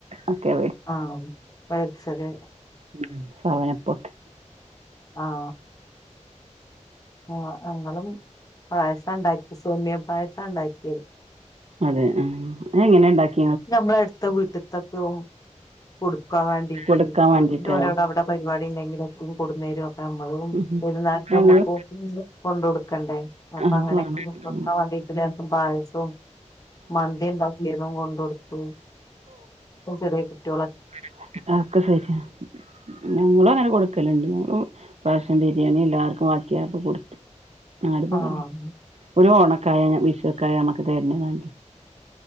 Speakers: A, on the right; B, on the left.
A: ഒക്കെയാ
B: ആാ വെച്ചാത്
A: ഉം സമയപ്പൊട്ട്
B: ആാ ആ ഞങ്ങളും പായസേ ഒണ്ടാക്കി സോമിയ പായസം ഒണ്ടാക്കിയത്
A: അതെ ആാ എങ്ങനെ ഒണ്ടാക്കി
B: നമ്മളെ അട്ത്താ വീട്ടിത്താക്ക കൊട് ക്കാൻ വേണ്ടീട്ട്
A: കൊടുക്കാൻ വേണ്ടിയിട്ടാണോ
B: ഓരോരോ അവടെ പരിപാടി നമ്മളും
A: ഉം
B: പെരുന്നാള്ക്ക്
A: ഞങ്ങള്
B: നമ്മക്ക് കൊണ്ട് കൊട്ക്കേണ്ടേ അപ്പം
A: അത്
B: അങ്ങനെ
A: വേണം
B: <unintelligible>
A: ഉം
B: വണ്ടി വീട്ടിലാക്കും പായസോം മന്തി ഒണ്ടാക്കിയാതും കൊണ്ട് കൊട <unintelligible> ചെറിയ കുട്ടിളൊ
A: <unintelligible> ഞങ്ങളും അങ്ങനെ കൊട്ക്കാലോണ്ട് <unintelligible> ൻ ബിരിയാണി എല്ലാവർക്കും ബാക്കിയപ്പ കൊടുത്തു നാട് <unintelligible>
B: ആഹ്
A: ക്കായ വിശുക്കായ നമ്മക്ക് തെരഞ്ഞതാണ്